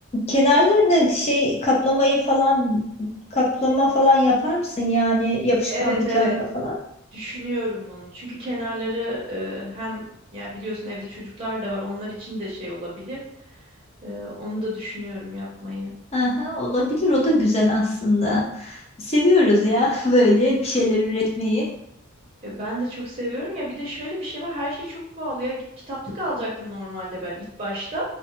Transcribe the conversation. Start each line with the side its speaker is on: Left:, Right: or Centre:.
Left: kenarlarını şey kaplamayı falan kaplama falan yapar mısın yani yapışkanlı
Right: Evet
Left: kağıtla
Right: evet.
Left: falan?
Right: Düşünüyorum onu. Çünkü kenarları e, hem ya biliyorsun evde çocuklar da var. Onlar için de şey olabilir. E, onu da düşünüyorum yapmayı.
Left: Aha, olabilir o da güzel aslında. Seviyoruz ya <laughs> böyle bir şeyler üretmeyi.
Right: E, ben de çok seviyorum ya. Bir de şöyle bir şey var. Her şey çok pahalı ya. Kitaplık alacaktım normalde ben ilk başta.